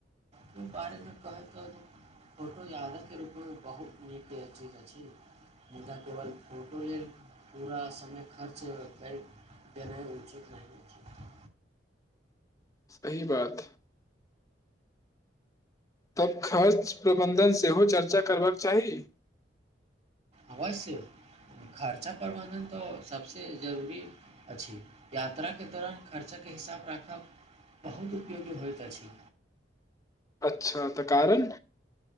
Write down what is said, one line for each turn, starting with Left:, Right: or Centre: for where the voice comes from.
Right: के बारेमे कहैत तऽ फोटो यादके रूपमे बहुत नीक ठीक अछि मुदा केवल फोटो लेल पूरा समय खर्च कर देनाइ उचित नहि अछि
Left: सही बात तब खर्च प्रबन्धन सेहो चर्चा करबाक चाही
Right: अवश्य खर्चा प्रबन्धन तऽ सभसे जरूरी अछि यात्राके दौरान खर्चाके हिसाब राखब बहुत उपयोगी होइत अछि
Left: अच्छा त कारण